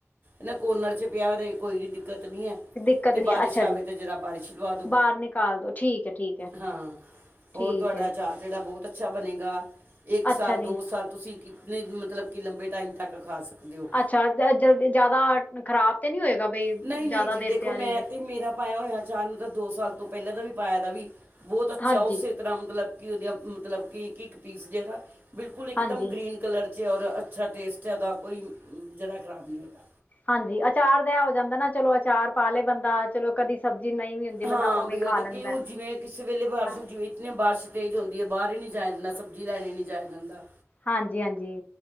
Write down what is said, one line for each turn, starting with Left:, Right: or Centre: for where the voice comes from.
Right: ਲੈ ਕੋਨਰ ਚ ਪਿਆ ਰਹੇ, ਕੋਈ ਦਿੱਕਤ ਨਹੀਂ ਹੈ।
Left: ਦਿੱਕਤ
Right: ਤੇ
Left: ਨਹੀਂ
Right: ਬਾਰਿਸ਼
Left: ਅੱਛਾ
Right: ਆਵੇ,
Left: ਜੀ
Right: ਤੇ ਜਰਾ ਬਾਰਿਸ਼ ਲਵਾ ਦਉ
Left: ਬਾਹਰ ਨਿਕਾਲ ਦੋ ਠੀਕ ਹੈ ਠੀਕ ਹੈ
Right: ਹਾਂ।
Left: ਠੀਕ
Right: ਹੋਰ, ਤੁਹਾਡਾ
Left: ਹੈ
Right: ਅਚਾਰ ਜਿਹੜਾ ਬਹੁਤ ਅੱਛਾ ਬਣੇਗਾ। ਇੱਕ ਸਾਲ
Left: ਅੱਛਾ ਜੀ
Right: ਦੋ ਸਾਲ ਤੁਸੀਂ ਕਿਤਨੇ, ਕਿ ਮਤਲਬ, ਲੰਬੇ ਟਾਈਮ ਤੱਕ ਖਾ ਸਕਦੇ। ਹੋ
Left: ਅਚਾਰ ਜਿਆਦਾ, ਖ਼ਰਾਬ ਤੇ ਨਹੀਂ ਹੋਏਗਾ, ਬਈ
Right: ਨਹੀਂ
Left: ਜ਼ਿਆਦਾ
Right: ਨਹੀਂ ਜੀ ਦੇਖੋ
Left: ਦੇਰ ਪਿਆ
Right: ਮੈਂ
Left: ਰਹੇਗਾ
Right: ਮੇਰਾ ਪਾਇਆ ਹੋਇਆ। ਅਚਾਰ ਤਾਂ ਦੋ ਸਾਲ ਤੋਂ, ਪਹਿਲਾਂ ਦਾ ਵੀ ਪਾਇਆ ਦਾ ਵੀ, ਬਹੁਤ ਅੱਛਾ,
Left: ਹਾਂਜੀ
Right: ਉਸੇ ਤਰ੍ਹਾਂ ਮਤਲਬ ਕਿ ਉਹਦੀਆਂ ਮਤਲਬ ਇੱਕ- ਇੱਕ ਪੀਸ, ਜਿਹੜਾ ਬਿਲਕੁਲ ਇੱਕ
Left: ਹਾਂਜੀ
Right: ਦਮ ਗ੍ਰੀਨ। ਕਲਰ ਜਿਯਾ, ਅੱਛਾ ਟੇਸਟ ਹੈ ਉਹਦਾ ਕੋਈ ਜਿਆ੍ਹਦਾ ਖਰਾਬ ਨਹੀਂ ਹੋਏਗਾ।
Left: ਹਾਂਜੀ, ਅਚਾਰ ਦਾ ਐ ਹੋ ਜਾਂਦਾ ਨਾ ਚਲੋ, ਅਚਾਰ ਪਾ ਲਏ ਬੰਦਾ ਚਲੋ ਕਦੀ ਸਬਜ਼ੀ ਨਹੀਂ ਵੀ। ਹੁੰਦੀ ਬੰਦਾ
Right: ਹਾਂ
Left: ਉਵੇਂ
Right: ਬਈ,
Left: ਖਾ
Right: ਐਦ
Left: ਲੈਂਦਾ
Right: ਕੱਯੂ ਜਿਵੇਂ ਕਿਸੇ ਵੇਲੇ ਬਾਰਿਸ਼
Left: ਹਾਂ
Right: ਹੋਂਦੀ ਪਈ ਜੇ ਬਾਰਿਸ਼ ਤੇਜ਼ ਹਦੀ ਹੈ, ਬਾਹਰ ਹੀ ਨਹੀਂ ਜਾਇਆ ਜਾਂਦਾ। ਸਬਜ਼ੀ ਲੈਣ ਨਹੀਂ ਜਾਇਆ ਜਾਂਦਾ
Left: ਹਾਂਜੀ -ਹਾਂਜੀ।